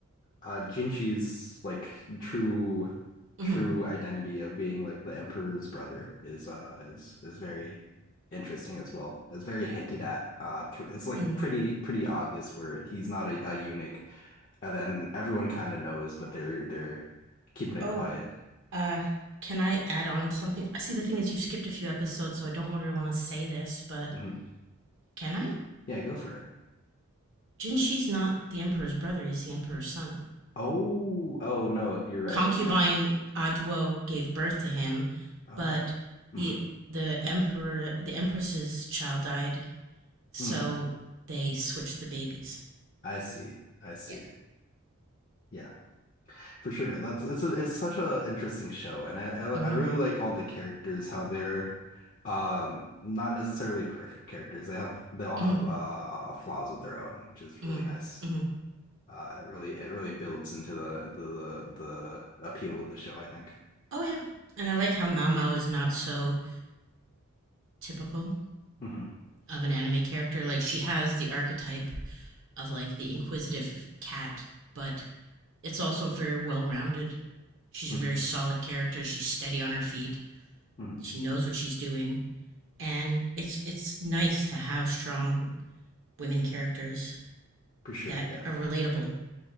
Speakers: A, on the left; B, on the right.
A: uh Jinchi's like true
B: Mm-hmm.
A: true identity of being like the emperor's brother is uh is is very interesting as well. It's very hinted at. Uh, thr it's like
B: Mm.
A: pretty pretty obvious where he's not a, a eunuch, and then everyone kind of knows, but they're they're keeping it
B: Oh,
A: quiet.
B: uh, can I add on something? See, the thing is, you skipped a few episodes, so I don't really want to say this, but
A: Mm-hmm.
B: can I?
A: Yeah, go for it.
B: Jinshi's not the emperor's brother; he's the emperor's son.
A: Oh, oh no, you're right.
B: Concubine
A: I,
B: Aduo gave birth to him,
A: oh,
B: but
A: mm,
B: the the emperor the empress's child died, so
A: mm,
B: they switched the babies.
A: I see. I see.
B: Yeah.
A: Yeah, for sure. That's it's a, it's such a interesting show, and I, I
B: Mm-hmm.
A: I really like all the characters, how they're um not necessarily perfect characters. They have they all have
B: Mm-hmm.
A: uh, uh flaws of their own, which is
B: Mm-hmm.
A: really nice.
B: Mm-hmm.
A: Uh, it really it really builds into the into the the appeal of the show, I think.
B: Oh yeah. And I like how Mao Mao is not so typical.
A: hmm
B: of an anime character. Like she has the archetype of like the inquisitive cat, but it's also very well rounded. She's
A: hmm
B: a very solid character. She's steady on her feet.
A: hmm
B: She knows what she's doing, and it's it's nice to have strong women characters
A: For sure.
B: that
A: Yeah.
B: are relatable